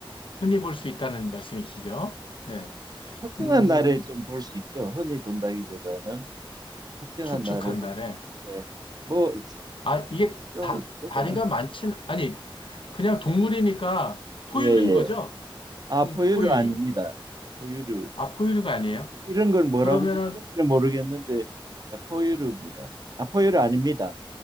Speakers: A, on the left; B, on the right.
A: 흔히 볼 수 있다는 말씀이시죠? 네.
B: 특정한
A: 음,
B: 날에 좀 볼 수 있죠. 흔히 본다기보다는 특정한
A: 축축한
B: 날에 볼
A: 날에.
B: 수. 예. 뭐
A: 아, 이게
B: 좀
A: 다,
B: 조금만
A: 다리가 많진, 아니, 그냥 동물이니까 포유류인
B: 예, 예.
A: 거죠?
B: 아,
A: 동,
B: 포유류
A: 포유류.
B: 아닙니다. 포유류.
A: 아, 포유류가 아니에요?
B: 이- 이런 걸 뭐라고
A: 그러면은
B: 부르는지는 모르겠는데 아, 포유류입니다. 아, 포유류 아닙니다.